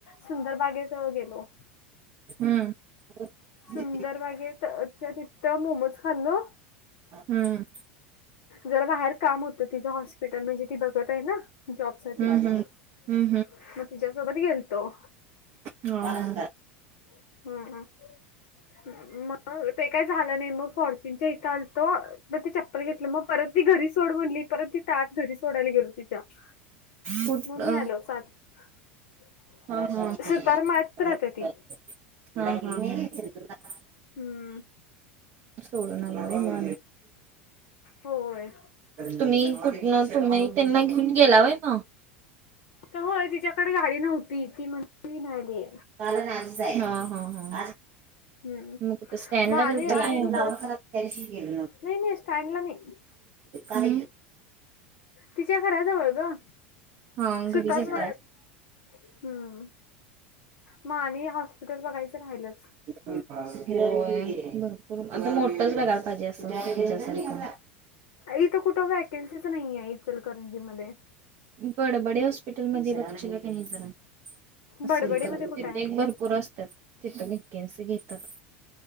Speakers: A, on the left; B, on the right.
A: सुंदरबागेत गेलो
B: हम्म हम्म
A: सुंदर वागे त्याच्या तितथं मोमज खाल्ल
B: हम्म
A: जरा बाहेर काम होतं तिचं हॉस्पिटल म्हणजे ती बघत आहे ना जॉब सा
B: हम्म
A: मग
B: हम्म
A: तिच्या्यासोबत गेल तो
B: ंद
A: हम्म. मग ते काय झालं नाही मग फॉर्च्यूनच्या इथं आलतो म ते चप्पल घेतलं मग परत ती घरी सोड म्हणली परत ती तात घरी सोडाली गेल हो ती त्यात
B: कुठ
A: मग
B: हा
A: मी आलो चालत
B: हा हा
A: सुतार मळयात राहते ती
B: हा
A: हम्म
B: सोडूनलाे मा
A: होय
B: तुम्ही कुठ तुम्ही त्यांना घेऊन गेलावय म
A: तर होय तिच्याकडे गाडी नव्हती ती म्हण नाहीली
B: हा हा
A: हम्म
B: मग स्टँड
A: मग
B: ला
A: आणि
B: गेल
A: आणि दुसरं नाही नाही स्टँडला नाही
B: आणि
A: तिच्या घराजवळ ग
B: हा घरी
A: सुतार
B: गेलता
A: मळ्यात हम्म मग आणि या हॉस्पिटल बघायचं राहिलंच
B: होय भरपूर आता मोठस बघायला पाहिजे असंच्या
A: इथं कुठं वॅकन्सीच नाहीये इचलकरंजी मध्ये
B: बडबडे हॉस्पिटलमध्येक्ष जरा असेल
A: बडबडी
B: तर
A: मध्ये कुठे
B: तिथे
A: आहे
B: एक भरपूर असतात तिथ नेच घेतात